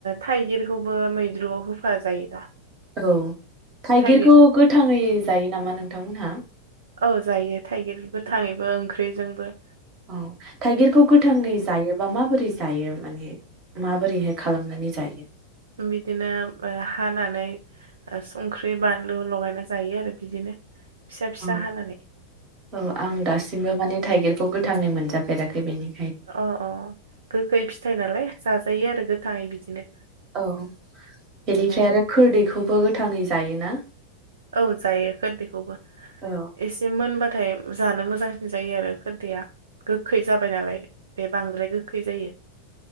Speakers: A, on the right; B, on the right.
A: थाइगिर खौबो मैद्रुआव होफा जायो दा
B: औ थाइगिरखौ
A: थाइगिर
B: गोथाङै जायो नामा नों थांमोनहा
A: औ जायो थाइगिरबो गोथाङैबो ओंख्रिजोंबो
B: औ थाइगिरखौ गोथाङै जायोबा माबोरै जायो माने माबोरैहाय खालामनानै जायो
A: बिदिनो हानानै संख्रि बानलु लगायना जायो आरो बिदिनो फिसा फिसा
B: औ
A: हानानै
B: औ आं दासिमबो माने थाइगिरखौ गो <unintelligible> मोनजाफेराखै बेनि
A: अ अ गोखै फिथाइ नालाय जाजायो आरो गो बिदिनो
B: औ बेनिफ्राय
A: औ
B: आरो खोरदैखौबो गोथाङै जायोना
A: औ जायो खोदै खौबो
B: औ
A: एसे मोनबाथाय जानो मोजांसिन जायो आरो खोरदैया गोखै जाबाय नालाय बे बांद्राय गोखै जायो